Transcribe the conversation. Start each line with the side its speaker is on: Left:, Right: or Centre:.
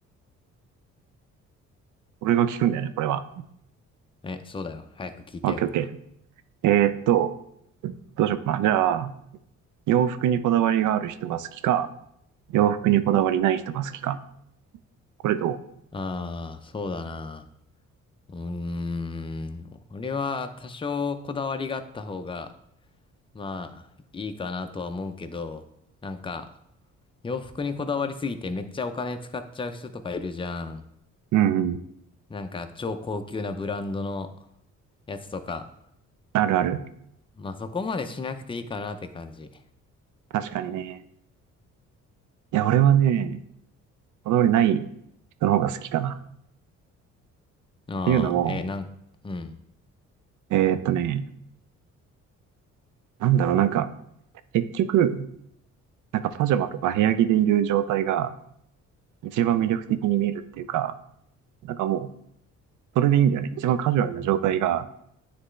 Right: 俺が聞くんだよね、これは。
Left: え、そうだよ。早く聞いてよ。
Right: オッケーオッケー。えーっと、どうしようかな。じゃあ、洋服にこだわりがある人が好きか、洋服にこだわりない人が好きか。これど
Left: ああ、そうだな。うーん。俺は多少こだわりがあった方が、まあ、いいかなとは思うけど、なんか、洋服にこだわりすぎてめっちゃお金使っちゃう人とかいるじゃん。
Right: ううんうん。
Left: なんか、超高級なブランドのやつとか。
Right: あるある。
Left: まあそこまでしなくていいかなって感じ。
Right: 確かにね。いや、俺はね、こだわりない人の方が好きかな。
Left: ああ、
Right: っていうのも、
Left: えーなん、うん。
Right: えーっとね、なんだろう、なんか、結局、なんかパジャマとか部屋着でいる状態が一番魅力的に見えるっていうか、なんかもう、それでいいんだよね。一番カジュアルな状態が、